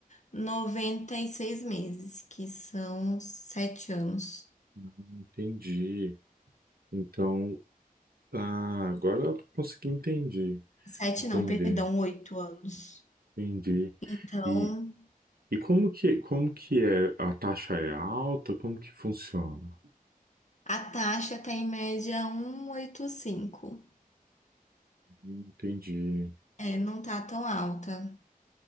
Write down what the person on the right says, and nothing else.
Ah, entendi. Então, tá, agora eu consegui entender,
entender,
entendi.
E, e como que, como que é? A taxa é alta? Como que funciona?
Entendi,